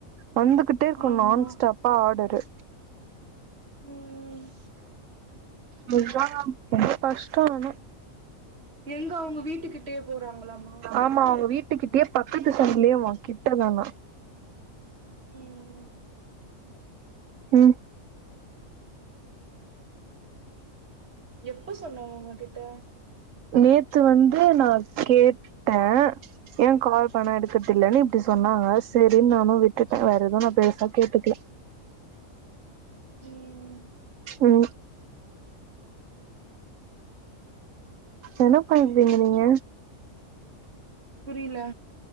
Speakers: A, on the right; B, on the right.
A: வந்துகிட்டே இருக்கு
B: ஆமா
A: நான் ஸ்டாப்பா ஆர்டரு
B: ம்
A: முஞ்சா ரொம்ப கஷ்டோ ஆனா
B: எங்க அவுங்க வீட்டுக்கிட்டயே போறாங்களாமா
A: ஆமா அவங்க வீட்டுக்கிட்டயே பக்கத்து சந்துலயே வா கிட்டதானா
B: ம்
A: ம்
B: எப்ப சொன்னாங்க உங்ககிட்ட
A: நேத்து வந்து நா கேட்ட ஏன் கால் பண்ண எடுக்கதில்லன்னு இப்டி சொன்னாங்க சரின் நானு விட்டுட்ட வேற எதும் நா பெருசா கேட்டுக்கல
B: ம்
A: ம் என்ன பண்றீங்க நீங்க
B: புரில